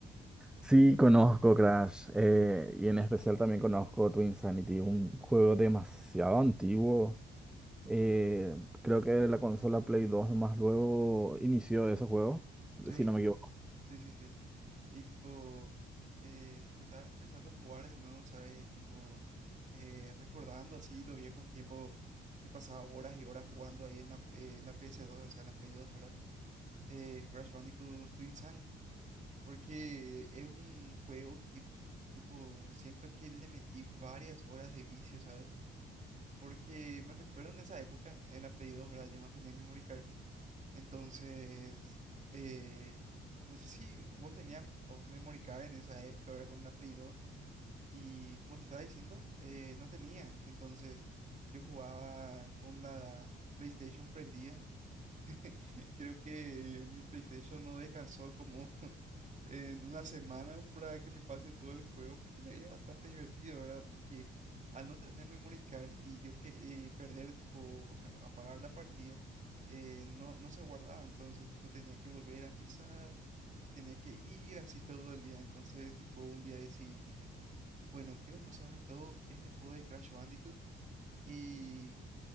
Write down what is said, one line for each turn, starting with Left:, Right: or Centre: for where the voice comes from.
Centre: Sí, conozco Crash, eh, y en especial también conozco Twin Sanity, un juego demasiado antiguo. Eh, creo que la consola Play 2 más luego inició ese juego,
Right: Sí,
Centre: si no me equivoco.
Right: sí, sí, sí. Y tipo, eh, tipo estaba empezando a jugar de nuevo, ¿sabes? Tipo, eh, recordando así los viejos tiempos que pasaba horas y horas jugando ahí en la, en la PS2, o sea, en la Play 2, ¿verdad? eh, Crash Bandicoot to Insanity, porque es un juego que, tipo, siento que le metí varias horas de vicio, ¿sabes? Porque me recuerdo en esa época, en la Play dos ¿verdad? Yo no tenía memory card. Entonces, eh, no sé si vos tenías oh, memory card en esa época, ¿verdad? Con la Play dos Y como te estaba diciendo, eh, no tenía. Entonces, yo jugaba con la PlayStation prendida. <laughs> Creo que mi PlayStation no descansó como en una semana para que me pase todo el juego, porque sería bastante divertido, ¿verdad? Porque al no tener memory card y yo quer- eh, perder, tipo, o sea, apagar la partida, eh, no, no se guardaba, entonces, tipo, tenía que volver a empezar y tenía que ir así todo el día, entonces, tipo, un día decidí, dije, bueno, quiero pasarme todo este juego de Crash Bandicoot. y